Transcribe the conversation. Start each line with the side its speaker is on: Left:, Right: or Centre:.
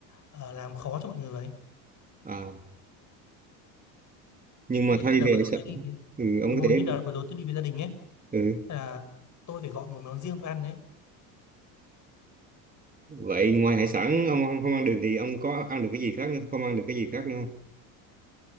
Left: ờ, làm khó cho mọi người.
Right: à, nhưng mà
Left: Như
Right: thay
Left: đợt
Right: vì
Left: vừa
Right: hải
Left: rồi
Right: sản
Left: tôi đi
Right: ừ, ông
Left: đúng
Right: có
Left: rồi
Right: thể
Left: như đợt vừa rồi tôi đi với gia đình ấy
Right: ừ.
Left: là tôi phải gọi một món riêng tôi ăn đấy
Right: vậy ngoài hải sản ông không, không ăn được thì ông có ăn được cái gì khác nữa không ăn được cái gì khác nữa không